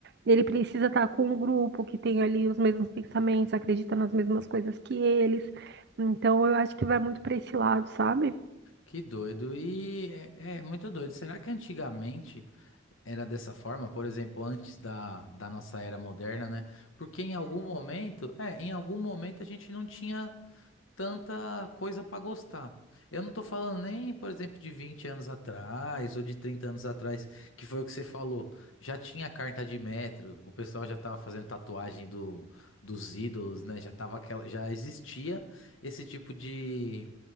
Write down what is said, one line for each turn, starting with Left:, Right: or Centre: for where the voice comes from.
Right: ele precisa estar com um grupo que tem ali os mesmos pensamentos, acredita nas mesmas coisas que eles. Então, eu acho que vai muito para esse lado, sabe?
Left: que doido. E é, é muito doido. Será que antigamente era dessa forma? Por exemplo, antes da, da nossa era moderna, né? Porque em algum momento, é, em algum momento a gente não tinha. tanta coisa pra gostar. Eu não tô falando nem, por exemplo, de 20 anos atrás ou de 30 anos atrás, que foi o que você falou. Já tinha carta de metro, o pessoal já tava fazendo tatuagem do, dos ídolos, né? Já tava aquela, já existia esse tipo de,